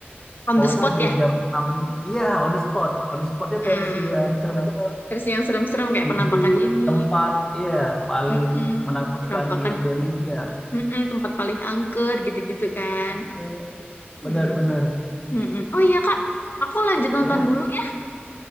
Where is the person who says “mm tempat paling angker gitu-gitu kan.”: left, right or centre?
Left